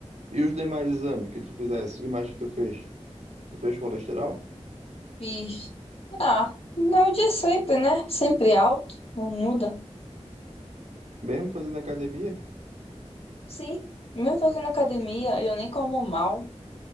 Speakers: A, on the right (about 80°); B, on the left (about 55°).
A: E os demais exames que tu fizesse? O que mais que tu fez? Tu fez colesterol?
B: Fiz. Ah, não é o de sempre, né? Sempre alto, não muda.
A: Mesmo fazendo academia?
B: Sim, mesmo fazendo academia, eu nem como mal.